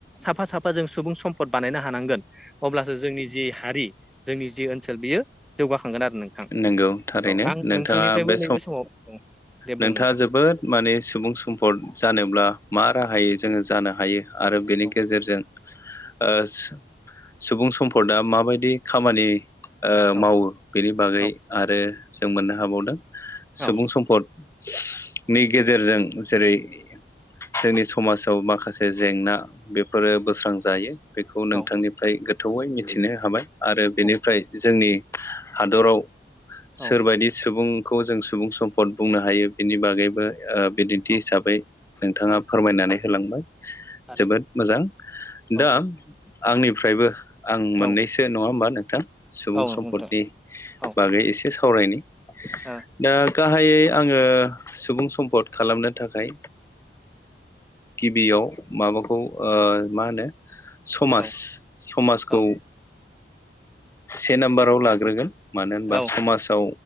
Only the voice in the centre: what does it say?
साफा साफा जों सुबुं सम भट बानायनो हानांगोन अब्लासो जोंनि जि हारि जोंनि जि ओनसोल बियो जौगाखांगोन आरो नोंथां
औ आं
नोंथांनिफ्रायबो
नैबे समाव औ दे
बुं नोंथां
औ
औ
औ
औ
औ
औ औ
औ
औ
औ
आरो
औ
औ
औ नंगौ
नोंथां औ
औ
औ
औ
औ